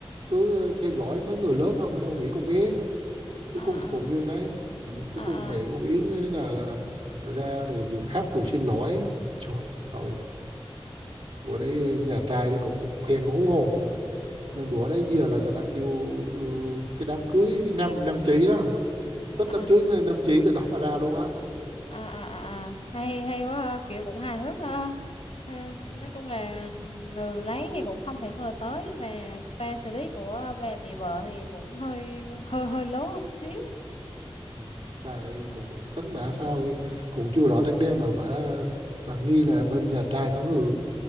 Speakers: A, on the right; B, on the left.
A: cứ ờ, theo dõi mấy người lớn không ở đâu nghĩ con bé cuối
B: à
A: cùng thì còn
B: à
A: nguyên đấy ừ, cuối
B: à
A: cùng mẹ
B: à
A: cô Yến ấy là, là ra rồi vừa khóc rồi xin lỗi trời ơi bữa
B: ừ,
A: đấy ờ, nhà trai đấy cũng một phen hú hồn nên bữa đấy giờ là người ta kêu ừ, cái đám cưới năm năm chỉ đó tết
B: à
A: đám cưới năm chỉ từ đó mà ra luôn á
B: à à à à. hay hay quá ha. kiểu cũng hài hước ha Ừm,
A: Ừ.
B: nói chung là người lấy thì cũng không thể ngờ tới mà pha xử lý của bà mẹ vợ thì cũng hơi hơi hơi lố xíu
A: Ừ, bà đây thủ tính bà sao thì cũng chưa rõ trách đen mà bà bà nghi là bên nhà trai có người